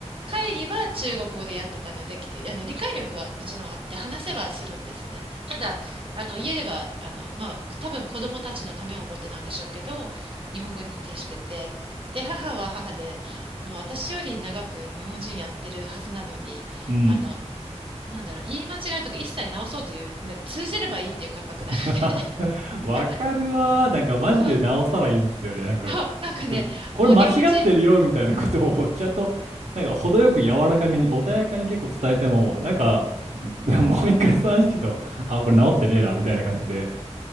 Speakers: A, on the right; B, on the right.
A: 会議は中国語でやってたので、きあの、理解力はもちろんあって、話せはするんですね。ただ、あの家ではあの、まあ、多分子供たちのためを思ってなんでしょうけど日本語に徹しててで母は母でもう私より長く日本人やってるはずなのにあの
B: うん
A: なんだろう言い間違いとか一切直そうというな通じればいいっていう感覚なので
B: <laughs> わかるわー。
A: <laughs>
B: なんかマジで直さないんですよね。
A: そう
B: なんか、
A: そうなんかねもう日本人
B: そこれ間違ってるよみたいなことを
A: うん
B: <laughs> ちゃんと、なんか程よく柔らかめに穏やかに結構伝えても、なんか、<laughs> もう一回その話聞くと、あ、これ直ってねえな、みたいな感じで